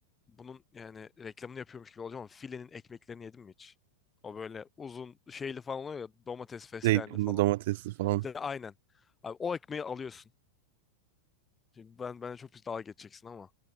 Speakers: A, on the left; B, on the right.
A: bunun yani reklamını yapıyormuş gibi olacağım ama filenin ekmeklerini yedim mi hiç? O böyle uzun şeyli falan oluyor ya domates fesleğenli
B: Zeytinli,
A: falan.
B: domatesli falan.
A: Bir de aynen. Abi o ekmeği alıyorsun. Şimdi ben bana çok bir dalga geçeceksin ama.